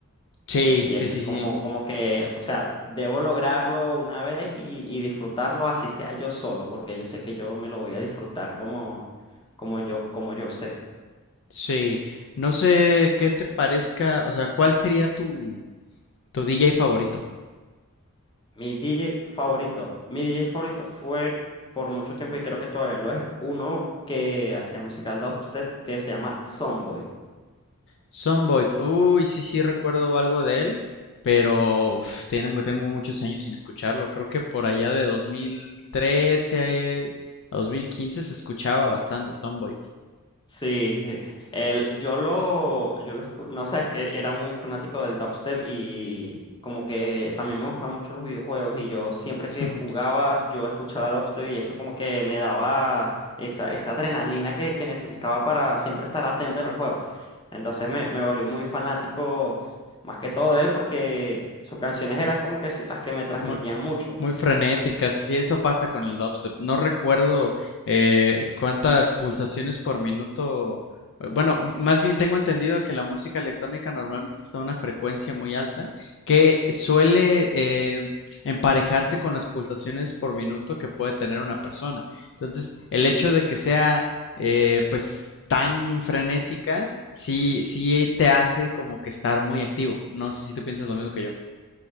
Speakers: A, on the left; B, on the left.
A: Sí,
B: Y
A: sí,
B: eso
A: sí,
B: es como,
A: sí.
B: como que, o sea, debo lograrlo una vez y, y disfrutarlo así sea yo solo, porque yo sé que yo me lo voy a disfrutar como, como yo, como yo sé.
A: Sí. No sé qué te parezca, o sea, ¿cuál sería tu, tu DJ favorito?
B: Mi DJ favorito. Mi DJ favorito fue por mucho tiempo y creo que todavía lo es. Uno que hacía música dubstep que se llama Sonboy.
A: Sunvoid. Uy, sí, sí, recuerdo algo de él, pero uf, tengo, tengo muchos años sin escucharlo. Creo que por allá de 2013 a 2015 se escuchaba bastante Sunvoid.
B: Sí, sí. El, yo lo, yo lo, escu- no sé, es que era muy fanático del dubstep y como que también me gustaban mucho los videojuegos y yo siempre
A: <laughs>
B: que jugaba yo escuchaba dubstep y eso como que me daba esa, esa adrenalina que, que necesitaba para siempre estar atento en el juego. Entonces me, me volví muy fanático más que todo de él porque sus canciones eran como que sí, las que me transmitían
A: Muy,
B: mucho.
A: muy frenéticas. Sí, eso pasa con el dubstep. No recuerdo eh, cuántas pulsaciones por minuto. eh, Bueno, más bien tengo entendido que la música electrónica normalmente está a una frecuencia muy alta que suele eh, emparejarse con las pulsaciones por minuto que puede tener una persona. Entonces, el hecho de que sea eh, pues tan frenética, sí, sí te hace como que estar muy activo. No sé si tú piensas lo mismo que yo.